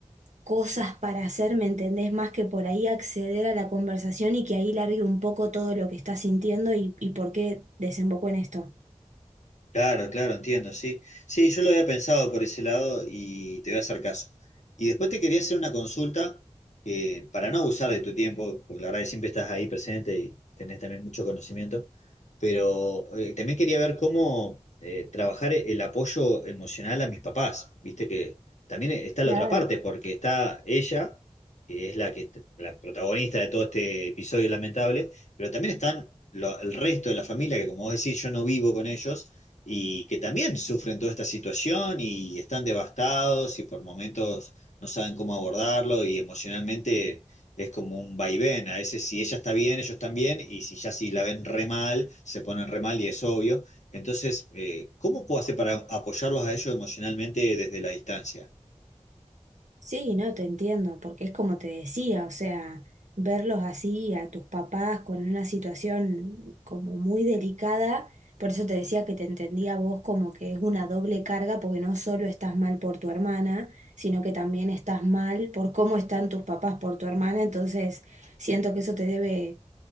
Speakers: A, on the right; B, on the left.
A: cosas para hacer, ¿me entendés? Más que por ahí acceder a la conversación y que ahí largue un poco todo lo que está sintiendo y, y por qué desembocó en esto.
B: Claro, claro, entiendo, sí. Sí, yo lo había pensado por ese lado y te voy a hacer caso. Y después te quería hacer una consulta que, para no abusar de tu tiempo, porque la verdad que siempre estás ahí presente y tenés también mucho conocimiento, pero eh, también quería ver cómo eh, trabajar el apoyo emocional a mis papás. Viste que también está
A: Claro.
B: la otra parte, porque está ella, que es la que la protagonista de todo este episodio lamentable, pero también están lo- el resto de la familia, que como vos decís, yo no vivo con ellos y que también sufren toda esta situación y están devastados y por momentos no saben cómo abordarlo y emocionalmente es como un vaivén. A veces si ella está bien, ellos están bien y si ya si la ven re mal, se ponen re mal y es obvio. Entonces, eh, ¿cómo puedo hacer para apoyarlos a ellos emocionalmente desde la distancia?
A: Sí, no, te entiendo, porque es como te decía, o sea, verlos así a tus papás con una situación como muy delicada, por eso te decía que te entendía a vos como que es una doble carga, porque no solo estás mal por tu hermana, sino que también estás mal por cómo están tus papás por tu hermana, entonces siento que eso te debe